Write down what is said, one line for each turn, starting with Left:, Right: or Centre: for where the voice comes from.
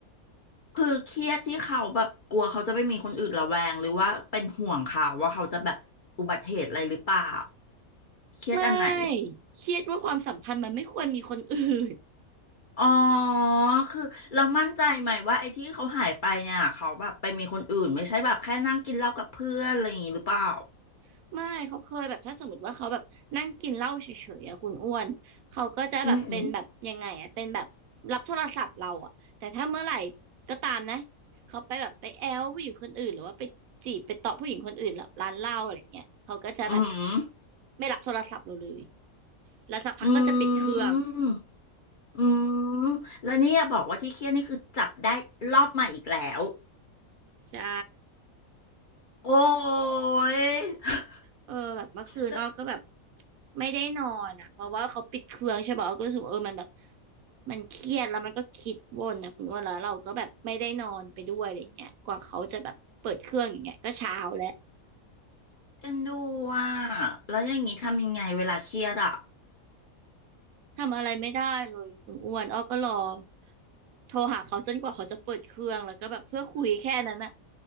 Left: คือเครียดที่เขาแบบกลัวเขาจะไปมีคนอื่นระแวงหรือว่าเป็นห่วงเขาว่าเขาจะแบบอุบัติเหตุอะไรหรือเปล่าเครียดอันไหน
Right: ไม่เครียดว่าความสัมพันธ์มันไม่ควรมีคนอื่น
Left: อ๋อคือเรามั่นใจไหมว่าไอ้ที่เขาหายไปเนี่ยเขาแบบไปมีคนอื่นไม่ใช่แบบแค่นั่งกินเหล้ากับเพื่อนอะไรอย่างงี้หรือเปล่า
Right: <laughs> ไม่เขาเคยแบบถ้าสมมติว่าเขาแบบนั่งกินเหล้าเฉยๆอะคุณอ้วนเขาก็จะแบบเป็นแบบยังไงอะเป็นแบบรับโทรศัพท์เราอะแต่ถ้าเมื่อไหร่
Left: อืมอืม
Right: ก็ตามนะเขาไปแบบไปแอลผู้หญิงคนอื่นหรือว่าไปจีบไปเตาะผู้หญิงคนอื่นแบบร้านเหล้าอะไรเงี้ยเขาก็จะแบบ
Left: อืม
Right: ไม่รับโทรศัพท์เราเลยแล้วสักพักก็จะปิดเครื่อง
Left: อืมอืมแล้วเนี่ยบอกว่าที่เครียดนี่คือจับได้รอบใหม่อีกแล้ว
Right: ใช่
Left: โอ้ย
Right: เออแบบเมื่อคืนอ้อก็แบบ
Left: แล้ว
Right: ไม่ได้นอนอ่ะเพราะว่าเขาปิดเครื่องใช่ป่ะอ้อก็รู้สึกว่าเออมันแบบมันเครียดแล้วมันก็คิดวนนะคุณว่าแล้วเราก็แบบไม่ได้นอนไปด้วยอะไรเงี้ยกว่าเขาจะแบบเปิดเครื่องอย่างเงี้ยก็เช้าแล้ว
Left: เอ็นดูอ่ะแล้วอย่างนี้ทำยังไงเวลาเครียดอ่ะ
Right: ทำอะไรไม่ได้เลยคุณอ้วนอ้อก็รอโทรหาเขาจนกว่าเขาจะเปิดเครื่องแล้วก็แบบเพื่อคุยแค่นั้นนะ